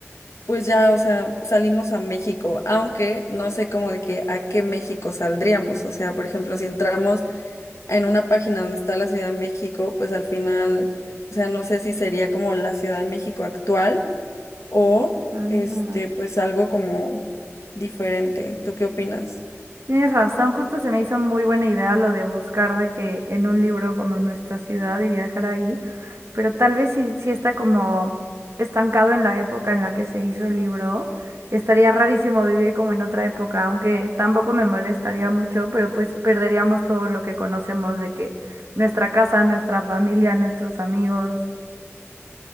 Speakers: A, on the left; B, on the right.
A: pues ya, o sea, salimos a México, aunque no sé como de que a qué México saldríamos. O sea, por ejemplo, si entramos en una página donde está la Ciudad de México, pues al final, o sea, no sé si sería como la Ciudad de México actual o
B: Ah,
A: este, pues algo como diferente. ¿Tú qué opinas?
B: Tienes razón, justo se me hizo muy buena idea lo de buscar de que en un libro como en nuestra ciudad y viajar ahí. pero tal vez si, si está como estancado en la época en la que se hizo el libro, estaría rarísimo vivir como en otra época, aunque tampoco me molestaría mucho, pero pues perderíamos todo lo que conocemos de que nuestra casa, nuestra familia, nuestros amigos.